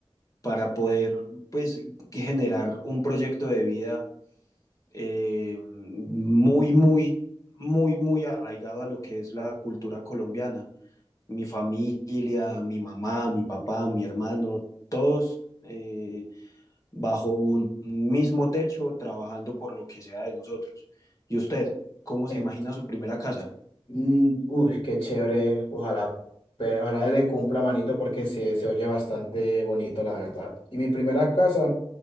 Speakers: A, on the left; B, on the left.
A: para poder pues que generar un proyecto de vida eh, muy, muy, muy, muy arraigado a lo que es la cultura colombiana. Mi familia, mi mamá, mi papá, mi hermano, todos eh, bajo un mismo techo, trabajando por lo que sea de nosotros. ¿Y usted cómo se
B: Ent-
A: imagina su primera casa?
B: mm, uy, qué chévere. Ojalá, pe- ojalá se le cumpla manito porque se, se oye bastante bonito, la verdad. Y mi primera casa,